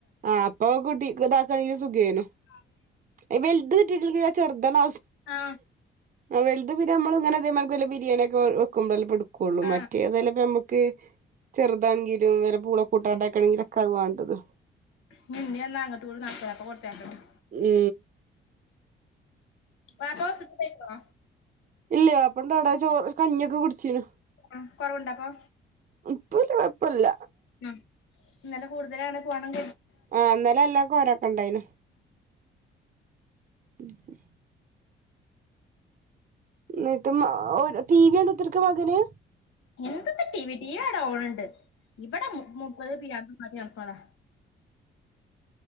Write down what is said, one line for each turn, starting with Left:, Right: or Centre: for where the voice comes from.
Right: ആ അപ്പോ കുട്ടി കിതാക്കണെങ്കി സുഖേനു
Left: <inaudible>
Right: എ വെൽത് കിട്ടീട്ടല്ലെങ്കി ചെറുതാമ
Left: ആ
Right: ആ വൽത് പിന്നമ്മള് ഇങ്ങനെ ഇതേമാർ ക്ക്‌ വല്ല ബിരിയാണിയൊക്കെ വെയ് വെക്കും ബല്ലപ്പോഴും. കുള്ളും
Left: ആ
Right: മറ്റേതേലപ്പ മ്മക്ക് ചെറുതാണെങ്കിലും വേറെ പൂളോ കു ട്ടാണ്ടെക്കാണെങ്കില് ക്കതുവ തദമ്
Left: നി ഇനീ എന്നാങ്ങട്ടൂ പോ <unintelligible>
Right: മ്
Left: വാപ്പോ സിറ്റ ബെയിക്ക്വ.
Right: ഇല്ല്യാ അപ്പണ്ടവിടെ ചോറ് കഞ്ഞിയൊക്കെ കുടിച്ചീന്.
Left: ആ കൊറവുണ്ടപ്പൊ?
Right: ഇപ്പ ഒരു കൊഴപ്പോല്ല
Left: ഉം ഇന്നലെ കൂടുതലാണ് പോകണം
Right: ആ ഇന്നലെ എല്ലർക്കും ഒരോക്കെണ്ടായിന് ഉം എന്നിട്ട് ടി വി കണ്ടു കുത്തീരിക്ക മകന്
Left: എന്തുട്ട് ടി വി, ടി വി അവിടെ ഓടുന്നുണ്ട് ഇവിടെ മു മുപ്പത് പിരാന്ത് താ